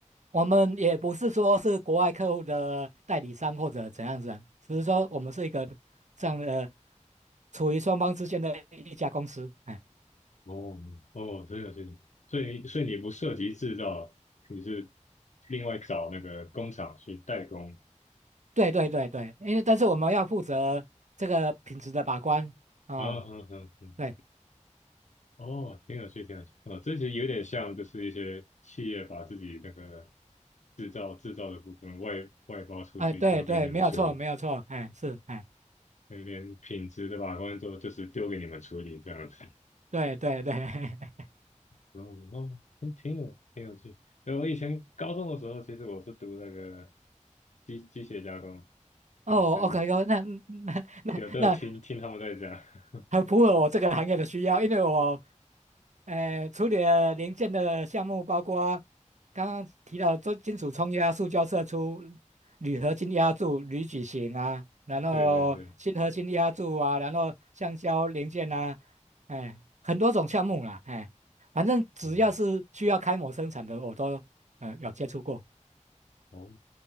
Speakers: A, on the right; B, on the left.
A: 我们也不是说是国外客户的代理商或者怎样子啊，只是说我们是一个这样的处于双方之间的一家公司，哎，
B: 哦哦，这个这个，所以所以你不涉及制造，你是另外找那个工厂去代工
A: 对对对对，因为但是我们要负责这个品质的把关啊。
B: 啊，
A: 哦
B: 哼哼哼，
A: 对，
B: 哦，挺有趣，挺有趣。哦，这其有点像，就是一些企业把自己那个制造制造的部分外外包出去，
A: 哎，对对，
B: 交给你们处理，
A: 没有错，没有错，哎，是，哎。
B: 那边品质的把关都就是丢给你们处理这样子。
A: 对对对，<laughs>
B: 然后，哦，挺挺有挺有趣。因为我以前高中的时候，其实我是读那个机机械加工，
A: 哦，OK
B: 对，所以
A: OK，那那
B: 有都有听听他们在讲。
A: 那
B: <laughs>
A: 很符合我这个行业的需要，因为我，呃，处理了零件的项目包括刚刚提到做金属冲压、塑胶射出、铝合金压铸、铝矩形啊，然后锌合金压铸啊，
B: 对对对，
A: 然后橡胶零件啊，哎，很多种项目啦，哎，反正只要是需要开模生产的，
B: 嗯，
A: 我都呃有接触过，
B: 哦。